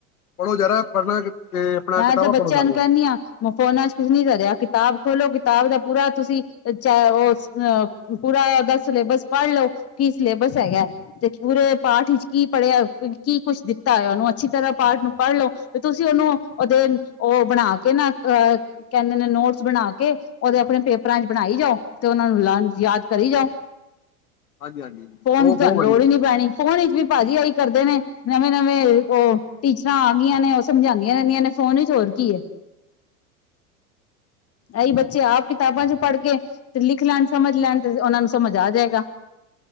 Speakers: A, on the left; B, on the left.
A: ਪੜ੍ਹੋ ਜ਼ਰਾ ਪੜ੍ਹਨਾ ਤੇ ਆਪਣਾ
B: ਮੈਂ
A: ਕਿਤਾਬਾਂ
B: ਤੇ ਬੱਚਿਆਂ
A: ਪੜ੍ਹੋ ਸਾਰੀਆਂ।
B: ਨੂੰ ਕਹਿੰਨੀ ਆਂ ਮੈਂ ਫੋਨਾਂ ਚ ਕੁਛ ਨੀ ਧਰਿਆ ਕਿਤਾਬ ਖੋਲੋ, ਕਿਤਾਬ ਦਾ ਪੂਰਾ ਤੁਸੀਂ ਚਾਹੇ ਉਹ ਅਹ ਪੂਰਾ ਉਹਦਾ ਸਿਲੇਬਸ ਪੜ੍ਹ ਲਓ ਕੀ ਸਿਲੇਬਸ ਹੈਗਾ? ਤੇ ਪੂਰੇ ਪਾਠ ਵਿੱਚ ਕੀ ਪੜ੍ਹਿਆ ਕੀ ਕੁਛ ਦਿੱਤਾ ਹੋਇਆ, ਉਹਨੂੰ ਅੱਛੀ ਤਰ੍ਹਾਂ ਪਾਠ ਨੂੰ ਪੜ੍ਹ ਲਓ ਤੇ ਤੁਸੀਂ ਉਹਨੂੰ ਉਹਦੇ ਉਹ ਬਣਾ ਕੇ ਨਾ ਅਹ ਕਹਿੰਦੇ ਨੇ, ਨੋਟਸ ਬਣਾ ਕੇ ਉਹਦੇ ਆਪਣੇ ਪੇਪਰਾਂ ਚ ਬਣਾਈ ਜਾਓ ਤੇ ਉਹਨਾ ਨੂੰ ਯਾਦ ਕਰੀ ਜਾਓ।
A: ਹਾਂਜੀ-ਹਾਂਜੀ,
B: ਫੋਨ
A: ਉਹ
B: ਚ
A: ਬਹੁਤ
B: ਤੁਹਾਨੂੰ ਲੋੜ
A: ਵਧੀਆ,
B: ਹੀ ਨੀ ਪੈਣੀ ਫੋਨ ਵਿਚ ਵੀ ਭਾਜੀ ਏਹੀ ਕਰਦੇ ਨੇ, ਨਵੇਂ ਨਵੇਂ ਉਹ ਟੀਚਰਾਂ ਆ ਗਈਆਂ ਨੇ, ਉਹ ਸਮਝਾਦੀਆਂ <unintelligible> ਨੇ ਫੋਨ ਚ ਹੋਰ ਕੀ ਐ। ਏਹੀ ਬੱਚੇ ਆਪ ਕਿਤਾਬਾਂ ਚ ਪੜ੍ਹ ਕੇ ਤੇ ਲਿਖ ਲੈਨ, ਸਮਝ ਲੈਨ ਤੇ ਉਹਨਾਂ ਨੂੰ ਸਮਝ ਆ ਜਾਏਗਾ।